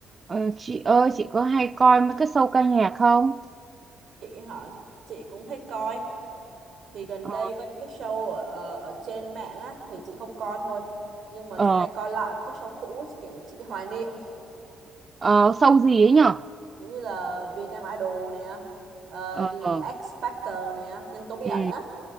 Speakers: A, on the right; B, on the right.
A: Ờ, chị ơi chị có hay coi mấy cái show ca nhạc không?
B: chị hả chị cũng thích coi thì gần
A: Ờ
B: đây có những cái show ở ở ở trên mạng á thì chị không coi thôi nhưng mà
A: ờ
B: chị hay coi lại một cái show cũ ấy, kiểu chị hoài niệm
A: ờ, show gì ấy nhở?
B: giống như là Việt Nam Idol nè ờ,
A: Ờ
B: The
A: ờ,
B: X Factor nè nhân tố bí
A: ừ
B: ẩn á